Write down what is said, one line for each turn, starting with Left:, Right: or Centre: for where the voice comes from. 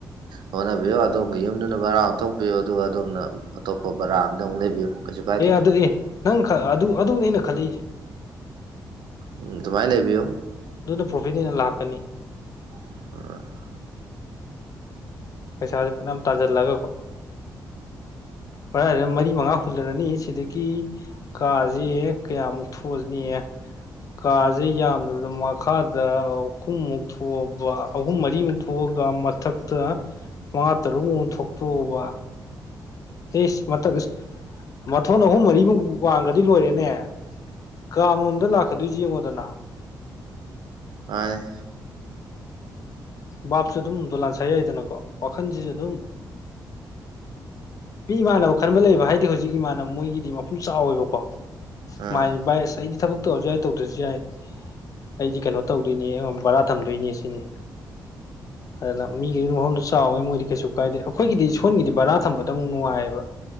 Right: ꯍꯣꯠꯅꯕꯤꯌꯨ ꯑꯗꯣꯝꯒꯤ ꯌꯨꯝꯗꯨꯅ ꯕꯔꯥ ꯑꯣꯟꯊꯣꯛꯄꯤꯌꯨ ꯑꯗꯨꯒ ꯑꯗꯣꯝꯅ ꯑ-ꯑꯇꯣꯞꯄ ꯕꯔꯥ ꯑꯃꯗ ꯑꯃꯨꯛ ꯂꯩꯕꯤꯌꯨ ꯀꯩꯁꯨ ꯀꯥꯏꯗꯦ
Left: ꯑꯦ ꯑꯗꯨ ꯑꯦ ꯅꯪ-ꯈ ꯑꯗꯨ ꯑꯗꯨꯅꯦ ꯑꯩꯅ ꯈꯜꯂꯛꯏꯖꯦ
Right: ꯎꯝ ꯑꯗꯨꯃꯥꯏ ꯂꯩꯕꯤꯌꯨ
Left: ꯑꯗꯨꯅ ꯄ꯭ꯔꯣꯐꯤꯠ ꯍꯦꯟꯅ ꯂꯥꯛꯀꯅꯤ
Right: ꯑ
Left: ꯄꯩꯁꯥꯖꯦ ꯐꯅꯌꯥꯝ ꯇꯥꯟꯖꯜꯂꯒꯀꯣ ꯕꯥꯔꯥꯖꯦ ꯃꯔꯤ ꯃꯉꯥ ꯍꯨꯜꯂꯔꯅꯤ ꯁꯤꯗꯒꯤ ꯀꯥꯖꯤ ꯀꯌꯥꯃꯨꯛ ꯊꯣꯖꯅꯤ ꯀꯥꯖꯦ ꯌꯥꯝꯗ꯭ꯔꯕꯗ ꯃꯈꯥꯗ ꯑꯍꯨꯝꯃꯨꯛ ꯊꯣꯛꯑꯕ ꯑꯍꯨꯝ ꯃꯔꯤꯃꯨꯛ ꯊꯣꯛꯑꯒ ꯃꯊꯛꯇ ꯃꯉꯥ ꯇꯔꯨꯛꯃꯨꯛ ꯊꯣꯛꯇꯣꯛꯑꯕ ꯏꯁ ꯃꯊꯛ ꯑꯁ ꯃꯊꯣꯟ ꯑꯍꯨꯝ ꯃꯔꯤꯃꯨꯛ ꯋꯥꯡꯒ꯭ꯔꯗꯤ ꯂꯣꯏꯔꯦꯅꯦ ꯀꯥ ꯑꯃꯃꯝꯗ ꯂꯥꯛꯀꯗꯣꯏꯖꯦ ꯌꯦꯡꯉꯣꯗꯅ
Right: ꯃꯥꯟꯅꯤ
Left: ꯕꯥꯞꯁꯨ ꯑꯗꯨꯝ ꯗꯣꯂꯥꯟ ꯁꯥ ꯌꯥꯏꯗꯅꯀꯣ ꯋꯥꯈꯟꯖꯤꯖꯨ ꯑꯗꯨꯝ ꯃꯤ ꯏꯃꯥꯟꯅꯕ ꯈꯟꯕ ꯂꯩꯕ ꯍꯥꯏꯗꯤ ꯍꯨꯖꯤꯛ ꯏꯃꯥꯟꯅꯕ ꯃꯣꯏꯒꯤꯗꯤ ꯃꯄꯝ ꯆꯥꯎꯋꯦꯕꯀꯣ
Right: ꯑꯥ
Left: ꯃꯥꯍꯥꯏꯅꯦ ꯕꯥꯏ ꯑꯁ ꯑꯩꯗꯤ ꯊꯕꯛ ꯇꯧꯔꯖꯨ ꯌꯥꯏ ꯇꯧꯗ꯭ꯔꯖꯨ ꯌꯥꯏ ꯑꯩꯗꯤ ꯀꯩꯅꯣ ꯇꯧꯗꯣꯏꯅꯤ ꯑꯝ ꯕꯔꯥ ꯊꯝꯗꯣꯏꯅꯦ ꯁꯤꯅꯤ ꯑꯗꯨꯅ ꯃꯤꯒꯤꯅ ꯃꯐꯝꯗꯨ ꯆꯥꯎꯕꯅꯤꯅ ꯃꯣꯏꯗꯤ ꯀꯩꯁꯨ ꯀꯥꯏꯗꯦ ꯑꯩꯈꯣꯏꯒꯤꯗꯤ ꯁꯣꯟꯒꯤꯗꯤ ꯕꯔꯥ ꯊꯝꯕꯗ ꯑꯃꯨꯛ ꯅꯨꯡꯉꯥꯏꯕ